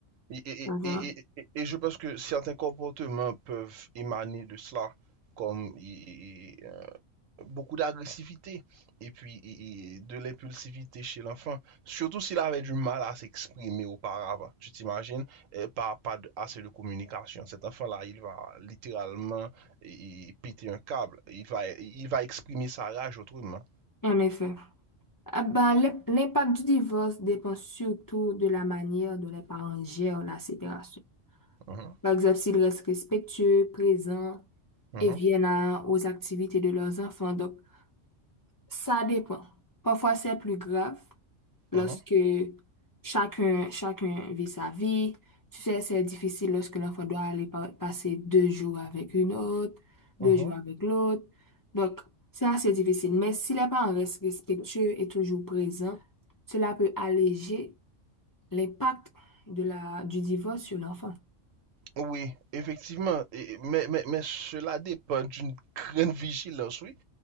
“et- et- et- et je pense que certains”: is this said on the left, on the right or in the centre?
Right